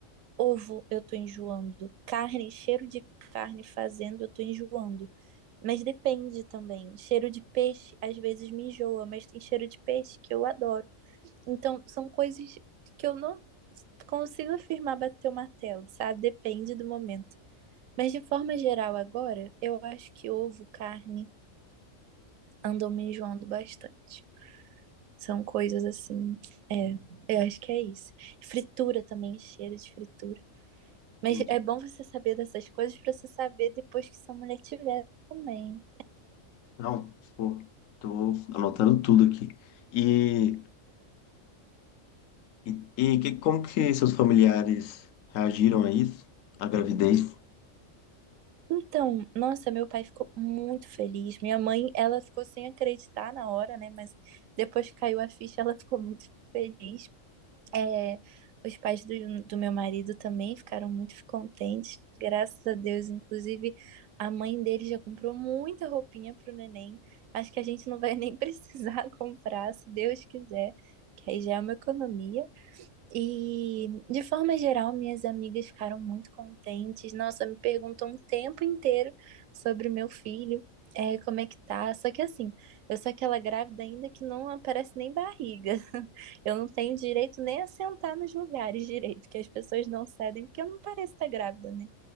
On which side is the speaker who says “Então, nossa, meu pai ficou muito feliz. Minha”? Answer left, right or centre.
Right